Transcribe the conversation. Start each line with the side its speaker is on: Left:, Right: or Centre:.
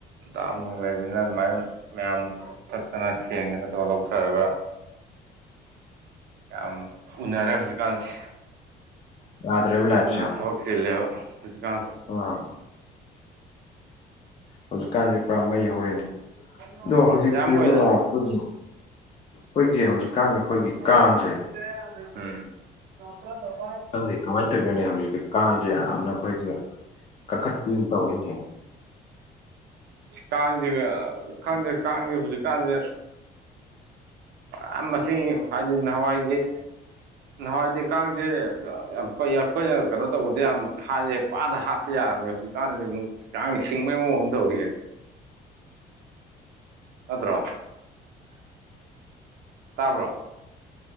Right: ꯗꯥꯝ ꯅꯨꯡ ꯂꯩꯕꯅꯤꯅ ꯑꯗꯨꯃꯥꯏꯅ ꯃꯌꯥꯝ ꯆꯠꯇꯅ ꯁꯦꯡꯗꯅꯠꯇꯧꯔꯒ ꯂꯧꯊꯔꯒ
Left: <inaudible>
Right: ꯌꯥꯝ ꯎꯅꯔꯦ ꯍꯧꯖꯤꯛꯀꯥꯟꯁꯦ
Left: ꯌꯥꯗ꯭ꯔꯦꯕ ꯂꯥꯏꯐꯁꯦ
Right: ꯐꯖꯅ ꯊꯕꯛ ꯆꯤꯜꯂꯦꯕ ꯍꯧꯖꯤꯛꯀꯥꯟꯁꯦ
Left: ꯑꯥ ꯍꯧꯖꯤꯛꯀꯥꯟꯁꯦ ꯄꯨꯔꯥ ꯃꯩ ꯍꯧꯔꯦꯅꯦ
Right: ꯎꯝ
Left: ꯑꯗꯣ ꯍꯧꯖꯤꯛꯁꯦ
Right: ꯏꯌꯥꯝꯕ
Left: ꯏꯕꯨꯡꯉꯣ
Right: ꯍꯣꯏ
Left: ꯑꯩꯈꯣꯏꯒꯤ ꯍꯣꯏ ꯆ ꯍ ꯍꯧꯖꯤ ꯀꯥꯡꯉꯦ ꯑꯩꯈꯣꯏꯒꯤ ꯀꯥꯡꯁꯦ
Right: ꯐꯅꯥ ꯂꯩꯔꯦ ꯑꯗꯨ ꯅꯇ ꯗꯕꯥ
Left: ꯈꯪꯗꯦ ꯀꯃꯥꯏꯅ ꯇꯧꯔꯤꯅꯣꯅꯦ ꯍꯧꯖꯤꯛꯇꯤ ꯀꯥꯡꯁꯦ ꯌꯥꯝꯅ ꯑꯩꯈꯣꯏꯒꯤ ꯀꯟꯈꯠꯄꯤ ꯑꯃ ꯇꯧꯔꯤꯅꯦ
Right: ꯀꯥꯡꯁꯦꯒ ꯈꯪꯗꯦ ꯀꯥꯡꯁꯦ ꯍꯧꯖꯤꯛꯀꯥꯟꯁꯦ ꯌꯥꯝ ꯃꯁꯤꯡ ꯍꯥꯏꯗꯤ ꯅꯍꯥꯟꯋꯥꯏꯒꯤ ꯅꯍꯥꯟꯋꯥꯏꯗꯤ ꯀꯥꯡꯁꯦ ꯌꯥꯝ ꯈꯣꯏꯅ ꯌꯥꯝ ꯑꯩꯈꯣꯏꯅ ꯀꯩꯅꯣ ꯇꯧꯕꯗ ꯌꯥꯝ ꯍꯥꯏꯌꯦ ꯄꯥꯗ ꯍꯥꯠꯄ ꯌꯥꯔꯝꯃꯦ ꯍꯧꯖꯤꯛꯀꯥꯟꯗꯗꯤ ꯑꯃꯨꯛ ꯆꯥꯡ ꯁꯤꯡꯕꯒꯤ ꯃꯑꯣꯡ ꯑꯃꯨꯛ ꯇꯧꯔꯤꯑꯦ
Left: <inaudible>
Right: ꯅꯠꯇ꯭ꯔꯣ ꯇꯥꯕ꯭ꯔꯣ